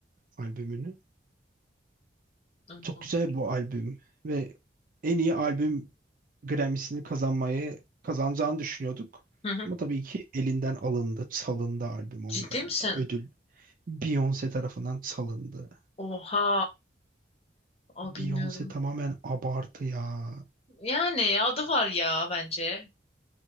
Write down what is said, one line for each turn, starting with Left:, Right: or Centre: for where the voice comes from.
Right: albümünü.
Left: Anladım.
Right: Çok güzel bu albüm ve en iyi albüm Grammy'sini kazanmayı kazanacağını düşünüyorduk.
Left: Hı hı.
Right: Ama tabii ki elinden alındı, salındı albüm ondan.
Left: Ciddi misin?
Right: Ödül Beyoncé tarafından salındı.
Left: Oha. O
Right: Beyoncé
Left: bilmiyordum.
Right: tamamen abartı ya.
Left: Yani adı var ya bence.